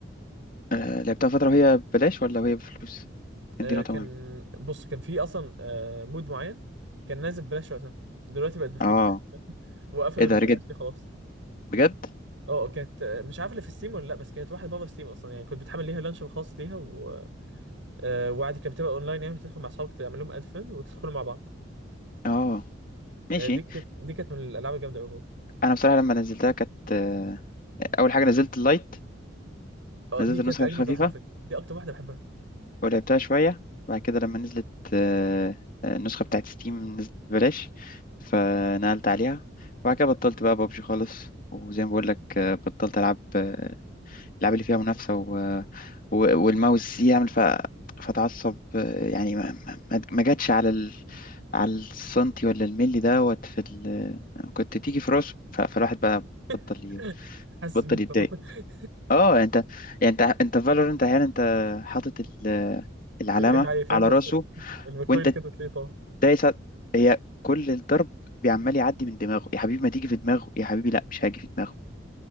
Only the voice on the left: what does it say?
آه، لعبتها فتره وهي ببلاش ولا وهي بفلوس كان
دي نقطه
مهمه
اه
ايه ده
بجد
بجد
اه ماشي
انا بصراحه لما نزلتها كانت آه، اول حاجه نزلت اللايت
نزلت
النسخه
الخفيفه
ولعبتها شويه بعد كده لما نزلت آه، آه، النسخه بتاعت ستيم نزلت ببلاش فنقلت عليها وبعد كده بطلت بقى ببجي خالص وزي ما بقول لك آه، بطلت العب آه، اللعبة اللي فيها منافسة و... و... والماوس يعمل ف... فتعصب يعني ما, ما... ما جاتش على ال... على السنتي ولا الملي دوت في ال... كنت تيجي في راسه ف... فالواحد بقى بطل
ي...
بطل
يتضايق
اه يعني انت يعني انت انت فالور انت احيانا انت حاطط ال... العلامة
على
راسه
وانت
دايس على- هي كل الضرب بيعمال يعدي من دماغه يا حبيبي ما تيجي في دماغه يا حبيبي لا مش هاجي في دماغه